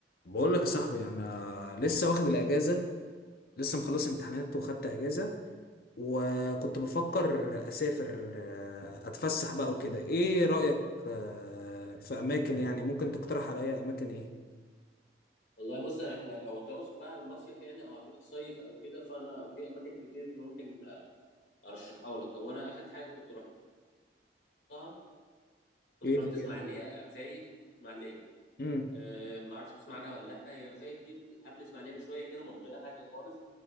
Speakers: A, on the left (about 55°); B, on the left (about 75°).
A: بقول لك يا صاحبي انا لسه واخد الاجازه لسه مخلص امتحانات وخدت اجازه وكنت بفكر اسافر آه، اتفسح بقى وكده ايه رايك آه، في اماكن يعني ممكن تقترح عليا اماكن ايه
B: والله بص احنا لو تقصد بقى المصيف يعني او هتروح تصيف او كده فانا في اماكن كتير ممكن ارشحها لك هو انا اخر حاجه كنت رحتها كنت
A: ايه
B: رحت
A: هي
B: اسماعيليه آه، فايد اسماعيليه
A: امم
B: أه ما اعرفش تسمع عنها ولا لا هي فايد دي قبل اسماعيليه بشويه كده منطقه هاديه خالص